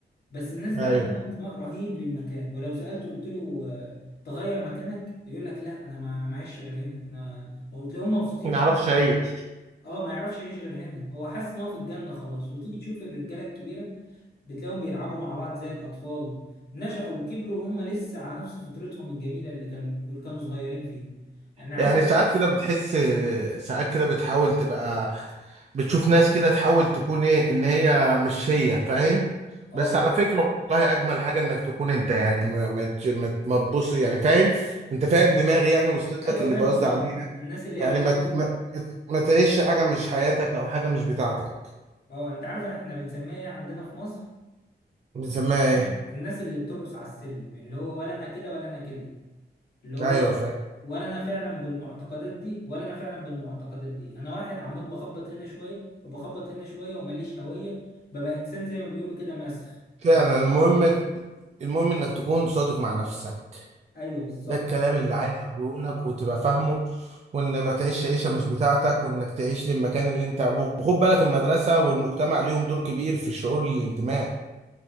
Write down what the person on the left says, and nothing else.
بس الناس دي
عندها انتماء رهيب للمكان ولو سألته قلت له آه، تغير مكانك يقول لك لا انا ما معيش غير هنا انا وتلاقيهم مبسوطين
قوي
اه ما يعرفش يعيش غير هنا هو حاسس ان هو في الجنة خلاص وتيجي تشوف الرجالة الكبيرة بتلاقيهم بيلعبوا مع بعض زي الأطفال نشأوا وكبروا هم لسه على نفس فطرتهم الجميلة اللي كان واللي كانوا صغيرين فيها يعني عايزك
اه
مم.
ايوه
فاهم
دماغك
الناس اللي
هي بتحاول
اه انت عارف احنا بنسميها ايه عندنا في مصر
بنسميها
الناس اللي بترقص على السلم اللي هو ولا انا كده ولا انا كده اللي هو
ولا
انا ولا أنا فعلا بالمعتقدات دي ولا انا فعلا بالمعتقدات دي انا واحد عمال بخبط هنا شويه وبخبط هنا شويه ومليش هويه ببقى انسان زي ما بيقولوا كده مسخ
او
ايوه بالظبط